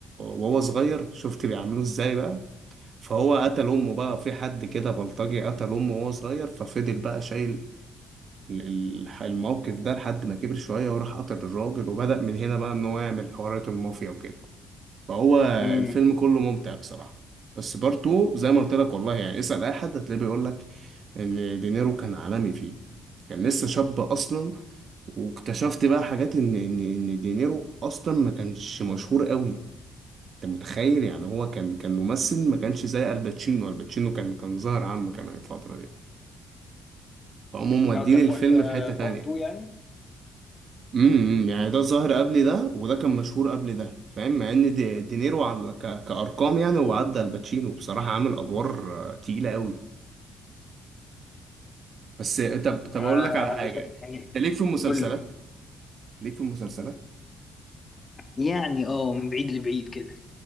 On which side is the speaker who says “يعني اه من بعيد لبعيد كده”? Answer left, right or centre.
Left